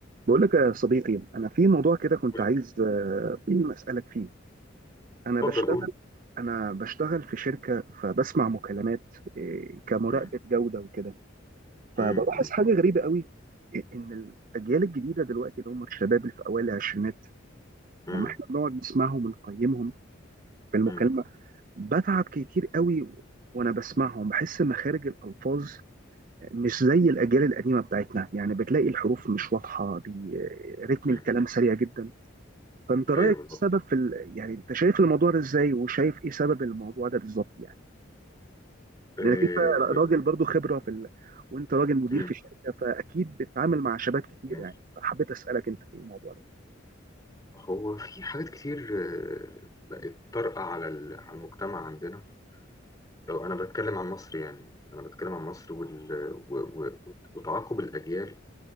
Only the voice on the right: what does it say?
بقول لك يا صديقي انا في موضوع كده كنت
عايز آه، اسالك فيه انا
بشتغل
انا بشتغل في شركه فبسمع مكالمات آه، كمراقبه
جوده وكده
فبلاحظ حاجه غريبه قوي ان الاجيال الجديده دلوقتي اللي هم الشباب اللي في اوائل العشرينات
لما احنا بنقعد نسمعهم ونقيمهم في المكالمه
بتعب كتير قوي وانا بسمعهم بحس مخارج الالفاظ مش زي الاجيال القديمه بتاعتنا يعني بتلاقي الحروف مش واضحه بي- آه، رتم
الكلام سريع جدا فانت رايك
إيه السبب في ال... يعني انت شايف الموضوع ده ازاي وشايف ايه سبب الموضوع ده بالظبط يعني
لانك انت راجل برضو خبره في ال... وانت راجل مدير
في شركه فاكيد بتتعامل مع شباب كتير
يعني حبيت اسالك انت في الموضوع ده